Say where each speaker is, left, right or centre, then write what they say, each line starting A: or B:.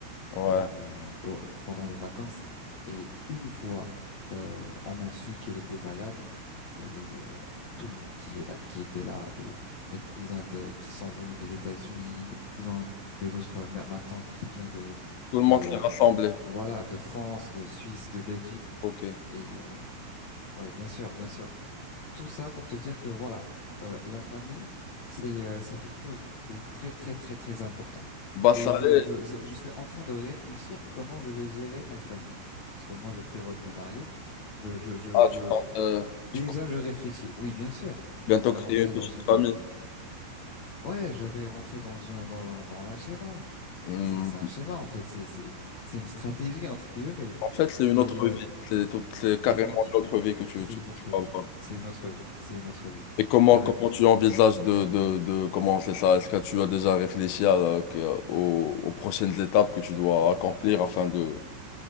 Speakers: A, on the left; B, on the left.
A: Ouais.
B: euh, au- pendant les vacances. Et une fois, euh, on a su qu'elle était malade, qu'il y avait euh, tout le monde qui est là, qui était là, des, mes cousins de, qui sont venus des États-Unis, mes cousins, mes autres, ma, ma tante qui vient de,
A: Tout le monde
B: de,
A: s'est rassemblé.
B: voilà, de France, de Suisse, de Belgique.
A: Ok.
B: Et euh, ouais, bien sûr, bien sûr. Tout ça pour te dire que voilà, euh, la famille, c'est euh, c'est quelque chose de très très très très important.
A: Bah,
B: Et
A: ça
B: je,
A: allait.
B: je je suis en train de réfléchir comment je vais gérer ma famille. Parce que moi, je prévois de me marier. Je je je
A: Ah,
B: je
A: tu comptes, euh,
B: déjà
A: tu comptes
B: je réfléchis. Oui, bien sûr.
A: bientôt
B: Je vais
A: créer
B: rentrer
A: une petite
B: dans une
A: famille.
B: euh, ouais, je vais rentrer dans un dans un dans un schéma.
A: Hmm.
B: C'est c'est un schéma en fait. C'est c'est c'est une stratégie entre guillemets.
A: En fait, c'est une
B: Mais
A: autre
B: euh,
A: vie. C'est tout, c'est
B: c'est
A: carrément
B: notre vie.
A: une autre vie que tu,
B: C'est
A: tu,
B: notre
A: tu vas
B: vie.
A: voir.
B: C'est notre vie. C'est notre vie.
A: Et comment,
B: Carrément.
A: comment tu envisages de, de, de commencer ça? Est-ce que tu as déjà réfléchi à la- que- aux, aux prochaines étapes que tu dois accomplir afin de,